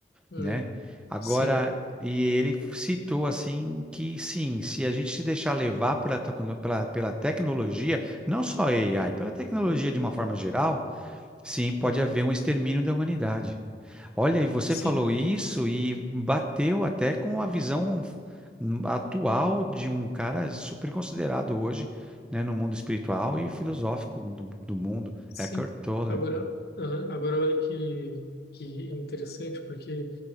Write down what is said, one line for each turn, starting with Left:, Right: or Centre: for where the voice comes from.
Left: uhum,
Centre: né? Agora,
Left: sim.
Centre: e ele citou assim que sim, se a gente se deixar levar pela, tecno- pela, pela tecnologia, não só AI, pela tecnologia
Left: Uhum,
Centre: de uma forma geral, sim, pode
Left: uhum,
Centre: haver um extermínio da humanidade. Olha, e você
Left: sim,
Centre: falou isso e bateu até com a visão hum, atual de um cara super considerado hoje, né, no mundo espiritual e filosófico do, do mundo,
Left: sim.
Centre: Eckhart Tolle.
Left: Agora, uhum, agora olha que, que interessante, porque